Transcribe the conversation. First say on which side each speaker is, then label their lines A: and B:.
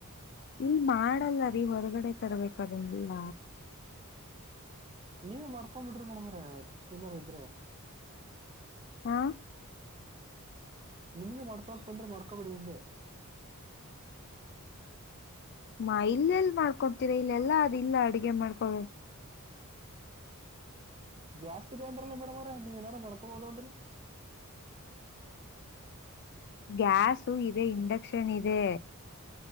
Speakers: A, on the left (about 50°); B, on the right (about 25°).
A: ಇಲ್ ಮಾಡಲ್ಲ ರೀ ಹೊರಗಡೆ ತರಬೇಕದಿಲ್ಲ
B: ನೀವ ಮಾಡ್ಕೊಂಡ್ ಬಿಿಡ್ರಿ ಮೇಡಮ್ರ ಚನ್ನಾರ ಇದ್ರೆ
A: ಹಾ
B: ನಿಮ್ದ ಮಾಡ್ಕೋಕ್ ಬಂದ್ರೆ ಮಾಡ್ಕೋಬೇಡಿ ಹಿಂದೆ
A: ಹ ಇಲ್ಲೆಲ್ ಮಾಡ್ಕೊತೀರಾ ಇಲ್ಲೆಲ್ಲಾ ಅದು ಇಲ್ಲ ಅಡುಗೆ ಮಾಡ್ಕೊ
B: ಜಾಸ್ತಿ ಇದೆ ಅಂದ್ರಲ್ಲ ಮೇಡಮ್ ಅವ್ರ ನೀವ ಏನಾರು ಮ್ಕೋಬೋದು ಅಂದ್ರಿ
A: ಗ್ಯಾಾಸು ಇದೆ ಇಂಡಕ್ಷನ್ ಇದೆ